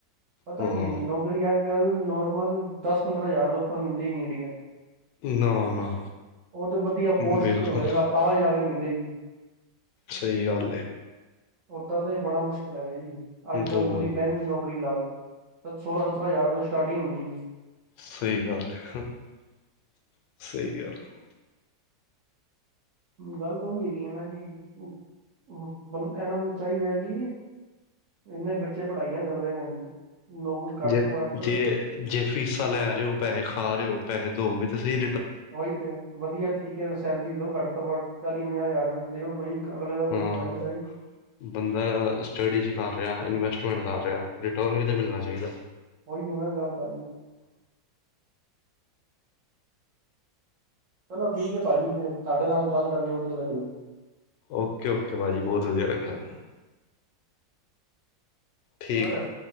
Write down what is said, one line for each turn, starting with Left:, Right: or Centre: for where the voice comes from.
Right: ਪਤਾ
Left: ਹਾਂ
Right: ਕੀ ਏ ਜੀ ਨੋ ਅੱਜ-ਕੱਲ ਨੋਰਮਲ ਦਸ-ਪੰਦਰਾਂ ਹਜ਼ਾਰ ਦੇ ਉੱਪਰ ਮਿਲਦੀ ਈ ਨੀ ਇੰਡੀਆ ਚ
Left: ਨਾ ਨਾ
Right: ਓ ਤੇ ਵਧੀਆ ਪੋਸਟ
Left: ਬਿਲਕੁਲ
Right: ਤੇ ਹੋਏਗਾ ਤਾਂ ਈ ਜਾ ਕੇ ਮਿਲੇਗੀ।
Left: ਸਈ ਗੱਲ ਏ।
Right: ਓਦਾਂ ਤੇ ਬੜਾ ਮੁਸ਼ਕਿਲ ਹੈਗਾ ਜੀ ਅੱਜ-ਕੱਲ
Left: ਬਹੁਤ
Right: ਤੁਸੀਂ ਬੈਂਕ ਦੀ ਨੌਕ ਲੀ ਲਾਲੋ ਸੋਲਾਂ-ਸਤਰਾਂ ਹਜ਼ਾਰ ਤੋ ਸਟਾਰਟਿੰਗ ਹੁੰਦੀ ਜੇ।
Left: ਸਈ ਗੱਲ ਏ-ਸਈ ਗੱਲ ਏ।
Right: ਗੱਲ ਓਈ ਹੈਗੀ ਏ ਨਾ ਜੀ ਬ ਮਤਲਬ ਏਨਾਂ ਨੂੰ ਚਾਇਦਾ ਕਿ ਏਨੇ ਬੱਚੇ ਪੜ੍ਹਾਈਆਂ ਕਰਦੇ ਨੇ ਜੀ ਨੌਕਰੀ ਕੱਟ
Left: ਜੇ
Right: ਤੋਂ ਕੱਟ
Left: ਜੇ ਜੇ ਫੀਸਾਂ ਲੈ ਰੇ ਓ ਪੈਹੇ ਖਾ ਰੇ ਹੋ ਪੈਹੇ ਦੋ ਵੀ ਤੇ ਸਈ
Right: ਓਈ ਤੇ ਵਧੀਆ ਤਰੀਕੇ ਐ ਸੈਲਰੀ ਦੋ ਕੱਟ ਤੋਂ ਕੱਟ ਚਾਲੀ- ਪੰਜਾਹ ਹਜ਼ਾਰ ਰੁਪੇ ਦਿਓ ਬਈ। ਅਗਲੇ ਦਾ
Left: ਹਾਂ
Right: ਕੁੱਛ ਬਣੇ ਤਾਂ ਸਈ।
Left: ਬੰਦਾ ਸਟੱਡੀ ਚ ਕਰ ਰੇਆ ਇਨਵੈਸਟਮੈਂਟ ਕਰ ਰੇਆ ਰਿਟਰਨ ਵੀ ਤੇ ਮਿਲਣਾ ਚਾਇਦਾ।
Right: ਓਇਓ ਏ ਨਾ ਗੱਲ ਸਾਰੀ। ਚਲੋ ਠੀਕੈ ਪਾਜੀ, ਫੇਰ ਤਾਡੇ ਨਾਲ ਗੱਲ ਕਰਕੇ ਵਦੀਆ ਲੱਗੇਆ ਜੀ।
Left: ਓਕੇ-ਓਕੇ ਪਾਜੀ ਬੋਤ ਵਦੀਆ ਲਗੇਆ ਹਾਨੂੰ। ਠੀਕ
Right: ਬ <unintelligible>